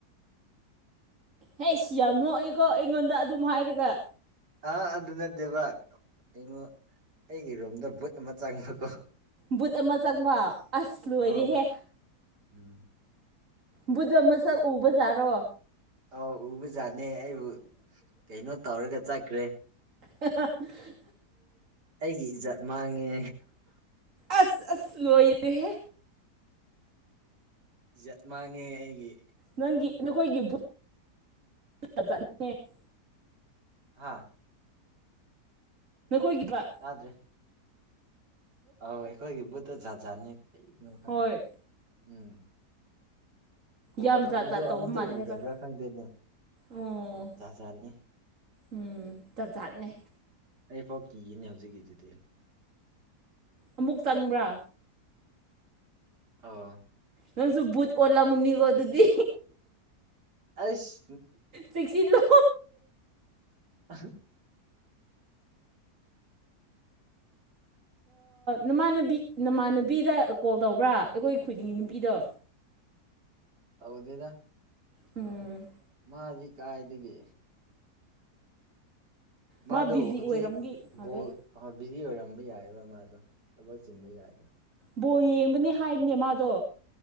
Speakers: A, on the right; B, on the right.
A: ꯍꯩꯁ ꯌꯥꯝ ꯅꯣꯛꯑꯦꯀꯣ ꯑꯩꯉꯣꯟꯗ ꯑꯗꯨꯝ ꯍꯥꯏꯔꯒ
B: ꯑ ꯑꯗꯨ ꯅꯠꯇꯦꯕ ꯑꯩꯉꯣꯟ ꯑꯩꯒꯤ ꯔꯨꯝꯗ ꯕꯨꯠ ꯑꯃ ꯆꯪꯕꯀꯣ
A: ꯕꯨꯠ ꯑꯃ ꯆꯪꯕ ꯑꯁ ꯂꯣꯏꯔꯦꯍꯦ
B: ꯑꯧ ꯎꯝ
A: ꯕꯨꯗ ꯃꯁꯛ ꯎꯕꯖꯥꯔꯣ
B: ꯑꯧ ꯎꯕꯖꯥꯠꯅꯦ ꯑꯩꯕꯨ ꯀꯩꯅꯣ ꯇꯧꯔꯒ ꯆꯠꯀ꯭ꯔꯦ
A: ꯑ <unintelligible>
B: ꯑꯩꯒꯤ ꯏꯖꯠ ꯃꯥꯡꯉꯦ
A: ꯑꯁ ꯑꯁ ꯂꯣꯏꯔꯍꯦ
B: ꯏꯖꯠ ꯃꯥꯡꯉꯦ ꯑꯩꯒꯤ
A: ꯅꯪꯒꯤ ꯅꯈꯣꯏꯒꯤ ꯆꯠ <unintelligible>
B: ꯍꯥꯥ
A: ꯅꯈꯣꯏꯒꯤꯗ꯭ꯔ
B: ꯇꯥꯗ꯭ꯔꯦ ꯑꯧ ꯑꯩꯈꯣꯏꯒꯤ ꯕꯨꯠꯇꯣ ꯖꯥꯠꯖꯥꯠꯅꯦ ꯀꯩꯅꯣ ꯈꯪꯗꯦ
A: ꯍꯣꯏ
B: ꯎꯝ ꯀꯣꯜ
A: ꯌꯥꯝ
B: ꯇꯧꯕꯗꯣ
A: ꯖꯥꯠ ꯖꯥꯠ ꯇꯧꯕ
B: ꯑꯝꯇ
A: ꯃꯥꯜꯂꯦ
B: ꯎꯗꯕ꯭ꯔꯥ
A: ꯍꯥꯏꯕ
B: ꯈꯪꯗꯦꯅꯦ
A: ꯑꯣ
B: ꯖꯥꯠ ꯖꯥꯠꯅꯤ
A: ꯎꯝ ꯆ ꯖꯥꯠꯅꯦ
B: ꯑꯩꯐꯥꯎ ꯀꯤꯌꯦꯅꯦ ꯍꯧꯖꯤꯛꯀꯤꯗꯨꯗꯤ
A: ꯑꯃꯨꯛ ꯆꯪꯕ꯭ꯔꯥ
B: ꯑꯥ
A: ꯅꯪꯁꯨ ꯕꯨꯠ ꯑꯣꯜꯂꯃꯨꯅꯤꯀꯣ ꯑꯗꯨꯗꯤ
B: ꯑꯩꯁ
A: ꯇꯦꯛꯁꯤ ꯂꯣ
B: ꯍꯥ
A: ꯅꯃꯥꯟꯅꯕꯤ ꯅꯃꯥꯟꯅꯕꯤꯗ ꯀꯣꯜ ꯇꯧꯕ꯭ꯔꯥ ꯑꯩꯈꯣꯏ ꯈꯨꯗꯤꯡꯒꯤ ꯅꯨꯄꯤꯗꯣ
B: ꯇꯧꯗꯅ
A: ꯎꯝ
B: ꯃꯥꯁꯤ ꯀꯥꯏꯗꯒꯤ
A: ꯃꯥ
B: ꯃꯥꯗꯨꯣ
A: ꯕꯤꯖꯤ
B: ꯍꯧꯖꯤꯛꯣ
A: ꯑꯣꯏꯔꯝꯒꯤ ꯃꯥꯜꯂꯦ
B: ꯑꯍꯣꯏ ꯕꯤꯖꯤ ꯑꯣꯏꯔꯝꯕ ꯌꯥꯏꯑꯕ ꯃꯥꯗꯣ ꯊꯕꯛ ꯆꯤꯟꯕ ꯌꯥꯏꯑꯕ
A: ꯕꯣ ꯌꯦꯡꯕꯅꯤ ꯍꯥꯏꯕꯅꯦ ꯃꯥꯗꯣ